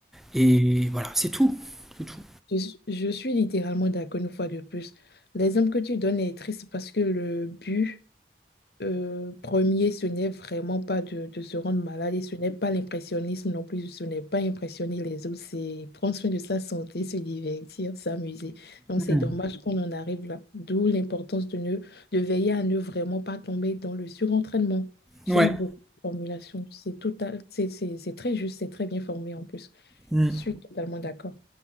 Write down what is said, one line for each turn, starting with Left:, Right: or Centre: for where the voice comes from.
Centre: et voilà, c'est tout, c'est tout.
Left: Je, suis je suis littéralement d'accord une fois de plus. L'exemple que tu donnes est triste parce que le but Euh, premier, ce n'est vraiment pas de, de se rendre malade et ce n'est pas l'impressionnisme non plus, ce n'est pas impressionner les autres, c'est prendre soin de sa santé, se divertir, s'amuser. Donc
Centre: Mm.
Left: c'est dommage qu'on en arrive là, d'où l'importance de ne, de veiller à ne vraiment pas tomber dans le surentraînement. J'aime
Centre: Ouais.
Left: beaucoup la formulation, c'est total, c'est c'est- c'est très juste, c'est très bien formé en plus.
Centre: Mm.
Left: Je suis totalement d'accord.